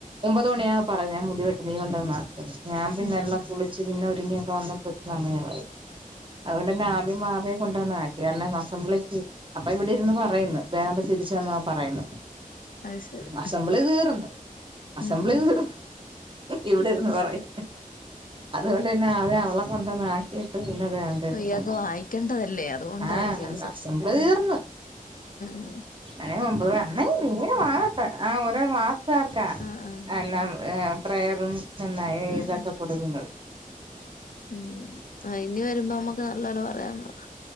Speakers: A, on the right; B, on the left.
A: ഒമ്പത് മണിയാ
B: ഉം
A: പറയാ ഞാൻ മുടിവെട്ടു നീ കൊണ്ട് വന്നു അക്കെന്ന് ഞാൻ <unintelligible>
B: ഉം
A: അങ്ങനെയൊക്കെ വന്നപ്പോൾ സമയമായി അതുകൊണ്ട് തന്നെ ആദ്യം കൊണ്ടുവന്ന ആക്കി <unintelligible> അസംബ്ലിക്ക് അപ്പ ഇവിടെ ഇരുന്ന് പറയുന്നു വേദാന്ത തിരിച്ച വന്ന പറയുന്നു
B: അത് ശരി
A: അസംബ്ലി തീർന്നു അസംബ്ലി
B: ഉം ഉം
A: തീർന്നു ഇവിടെന്ന് പറയും അതുകൊണ്ട് തന്നെ അവളെ കൊണ്ടു വന്നു ആക്കിയിട്ട് പിന്നത <unintelligible> അതേ പട്ടാക്ക
B: ഇയാൾക്ക് വായിക്കേണ്ടതല്ലേ അതുകൊണ്ടായിരിക്കും
A: ആഹ അ അസംബിന് തീർന്നു
B: മം
A: അന <unintelligible> ഒൻമ്പത് വ നീന <unintelligible> വാട്ടെ ആ ഒരാൾ വാസത്താർക്കാ <unintelligible>
B: ആ ആ
A: എല്ലാം പ്രയറും എന്നാ
B: ഉം
A: ഇതാക്
B: ഉം
A: <unintelligible>
B: ഉം ആ ഇനി വരുമ്പോ നമ്മുക്ക് നല്ല പോലെ പറയാന്ന് പറ